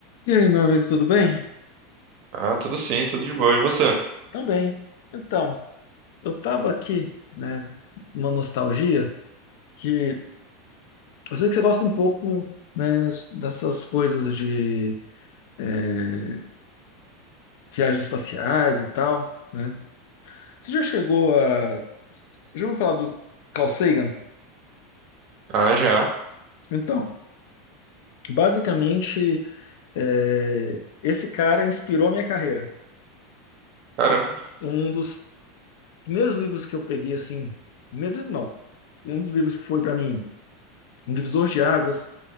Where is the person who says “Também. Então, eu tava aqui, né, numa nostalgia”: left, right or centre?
Left